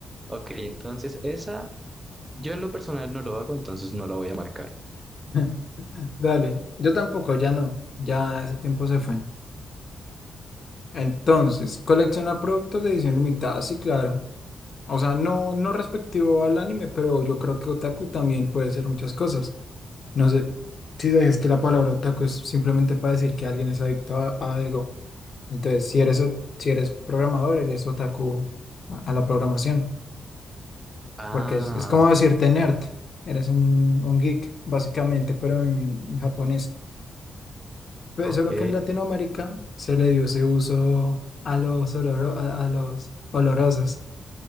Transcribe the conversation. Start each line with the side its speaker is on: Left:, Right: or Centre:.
Right: Ok, entonces esa Yo en lo personal no lo hago, entonces no la voy a marcar.
Left: <laughs> Dale, yo tampoco, ya no, ya ese tiempo se fue. Entonces, colecciona productos de edición limitada, sí, claro. O sea, no, no respectivo al anime, pero yo creo que otaku también puede ser muchas cosas. No sé si es que la palabra otaku es simplemente para decir que alguien es adicto a, a algo. Entonces, si eres, ot- si eres programador, eres otaku a, a la programación,
Right: Ah,
Left: porque es, es como decirte nerd. Eres un, un geek, básicamente, pero en, en japonés. Pero
Right: ok.
Left: solo que en Latinoamérica se le dio ese uso a los, oloro- a, a los olorosos.